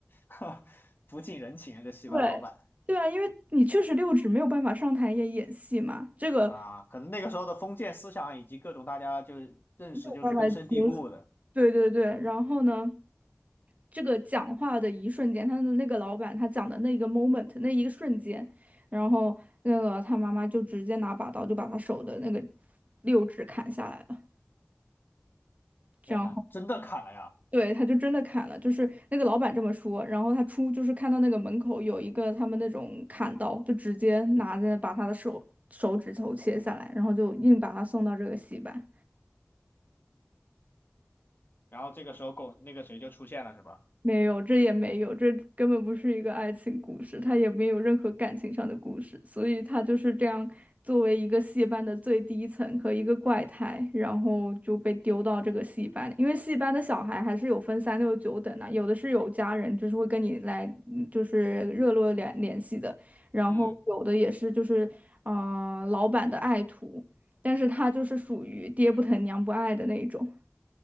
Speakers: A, on the left (about 55°); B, on the right (about 35°).
A: <laughs> 不近人情啊，这戏班老板
B: 对，对啊，因为你确实六指没有办法上台演演戏嘛，这个没
A: 啊，可能那个时候的封建思想以及各种大家就认识就是根深蒂固的。
B: 有办法接。对对对，然后呢？这个讲话的一瞬间，他的那个老板他讲的那一个 moment 那一个瞬间，然后那个他妈妈就直接拿把刀就把他手的那个六指砍下来了。这样后
A: 天呐，真的砍了呀！
B: 对，他就真的砍了，就是那个老板这么说，然后他出就是看到那个门口有一个他们那种砍刀，就直接拿着把他的手手指头切下来，然后就硬把他送到这个戏班。
A: 然后这个时候巩那个谁就出现了是吧？
B: 没有，这也没有，这根本不是一个爱情故事，他也没有任何感情上的故事，所以他就是这样作为一个戏班的最低层和一个怪胎，然后就被丢到这个戏班里。因为戏班的小孩还是有分三六九等的，有的是有家人，就是会跟你来，嗯就是热络联联系的，然后有的也是就是呃老板的爱徒，
A: 嗯。
B: 但是他就是属于爹不疼娘不爱的那一种，